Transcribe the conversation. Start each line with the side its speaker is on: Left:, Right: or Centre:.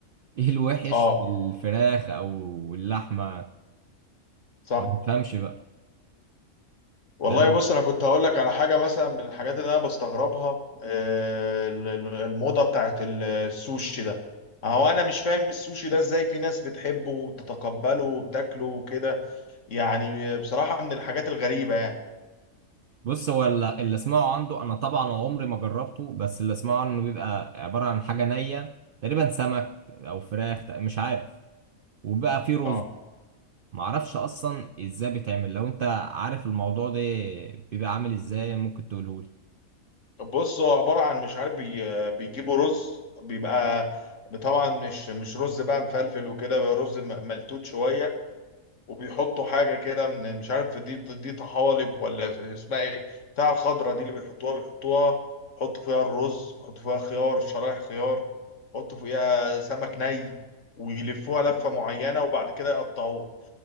Right: ايه الوحش
Left: اه
Right: في الفراخ او اللحمة
Left: صح
Right: ما تفهمش بقى
Left: والله
Right: ده
Left: بص انا كنت هقول لك على حاجه مثلا من الحاجات اللي انا بستغربها آه، ال- ال- الموضه بتاعت ال- السوشي ده هو انا مش فاهم السوشي ده ازاي في ناس بتحبه وبتتقبله وبتاكله وكده يعني بصراحة من الحاجات الغريبة يعني
Right: بص هو ال- اللي اسمعه عنده انا طبعا عمري ما جربته بس اللي اسمعه انه بيبقى عبارة عن حاجة نية تقريبا سمك او فراخ تق- مش عارف وبقى فيه رز
Left: اه
Right: معرفش اصلا ازاي بيتعمل لو انت عارف الموضوع ده بيبقى عامل ازاي ممكن تقولهولي
Left: طب بص هو عبارة عن مش عارف بي... بيجيبوا رز بيبقى طبعا مش مش رز بقى مفلفل وكده بقى رز م- ملتوت شوية وبيحطوا حاجة كده من مش عارف دي دي طحالب ولا اسمها ايه بتاع الخضرة دي اللي بيحطوها بيحطوها يحطوا فيها الرز يحطوا فيها خيار شرايح خيار يحطوا فيها سمك ني ويلفوها لفة معينة وبعد كده يقطعوه